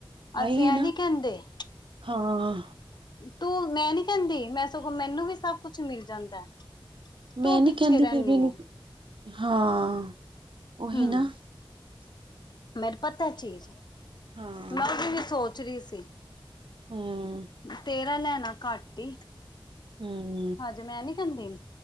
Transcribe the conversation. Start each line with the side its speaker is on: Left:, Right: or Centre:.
Left: ਅਸੀਂ
Right: ਆਈ ਏ
Left: ਐ
Right: ਨਾ
Left: ਨੀ ਕਹਿੰਦੇ-
Right: ਹਾਂ
Left: ਤੂੰ ਮੈ ਨੀ ਕਹਿਦੀ ਮੈ ਸਗੋਂ ਮੈਨੂੰ ਵੀ ਸਭ ਕੁਛ ਮਿਲ ਜਾਦਾ-
Right: ਮੈਂ
Left: ਤੂੰ
Right: ਨੀ
Left: ਪਿੱਛੇ
Right: ਕਹਿੰਦੀ
Left: ਰਹਿਦੀ
Right: ਫਿਰ ਵੀ
Left: ਹੈ।
Right: ਹਾਂ ਉਹੀ
Left: ਹਮ
Right: ਨਾ-
Left: ਮੈਨੂੰ ਪਤਾ ਚੀਜ
Right: ਹਾਂ
Left: ਮੈ ਉਹਦੀ ਵੀ ਸੋਚ ਰਹੀ ਸੀ।
Right: ਹੂੰ,,,
Left: ਤੇਰਾ ਲੈਣਾ ਘੱਟ ਹੀ-
Right: ਹੂੰ,,,
Left: ਅੱਜ ਮੈ ਨੀ ਕਹਿਦੀ